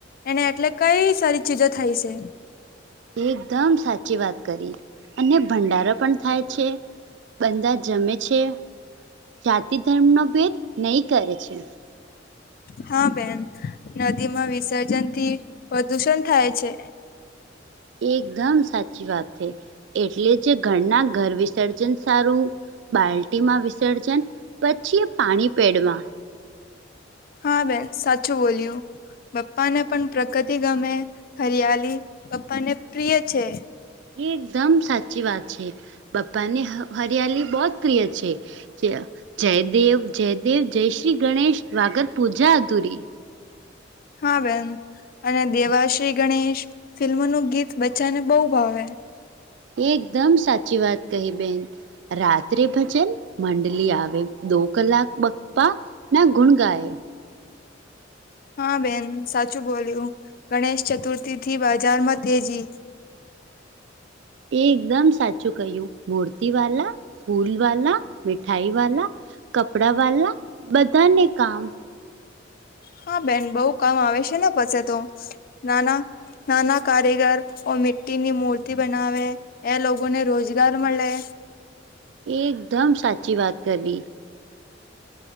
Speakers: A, on the left (about 50°); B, on the right (about 65°).
A: અને એટલે કઈ સારી ચીજો થાય છે.
B: એકદમ સાચી વાત કરી, અને ભંડારો પણ થાય.. છે, બધા જમે છે. જાતિ-ધર્મનો ભેદ નહિ કરે છે.
A: હા બેન, નદીમાં વિસર્જનથી પ્રદૂષણ થાય છે.
B: એકદમ સાચી વાત થઈ, એટલે જ ઘરના ઘર વિસર્જન સારું. બાલ્ટીમાં વિસર્જન પછી પાણી પેડમાં.
A: હા બેન, સાચું બોલ્યું. બપ્પાને પણ પ્રગતિ ગમે, હરિયાળ બપ્પાને પ્રિય છે.
B: એકદમ સાચી વાત છે, બાપાને હરિયાળ બહુ પ્રિય છે. જય દેવ જય દેવ, જય શ્રી ગણેશ. વાઘર પૂજા અધૂરી.
A: હા બેન. અને દેવાશ્રી ગણેશ ફિલ્મનું ગીત બચ્ચાને બહુ ભાવે.
B: એકદમ સાચી વાત કહી, બેન. રાત્રે ભજન મંડળી આવે, દો કલાક બાપ્પા. ના, ગુણ ગાય.
A: હા બેન, સાચું બોલ્યું. ગણેશ ચતુર્થીથી બજારમાં તેજી.
B: એકદમ સાચું કહ્યું, મૂર્તિવાલા, ફૂલવાલા મીઠાઈવાલા. કપડાવાલા, બધાને કામ.
A: હા બેન, બહુ કામ આવે છે ને, પછી તો નાના નાના કારીગર મીટીની મૂર્તિ બનાવે. એ લોકોને રોજગાર મલે.
B: એકદમ સાચી વાત કરી.